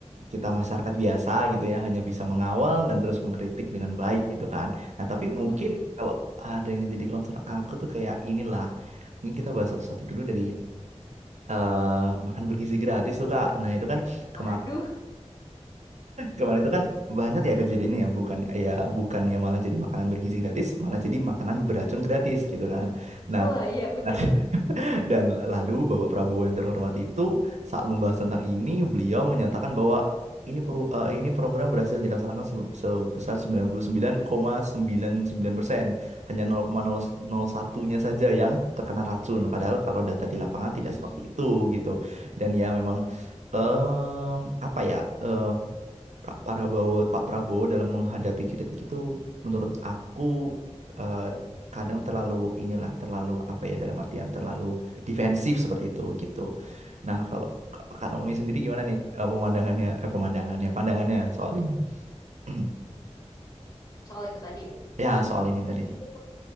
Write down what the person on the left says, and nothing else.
Mm-mm.
Waduh.
Wah, iya bener.
Mm-mm.
Mm-mm.
Soal itu tadi,
jujur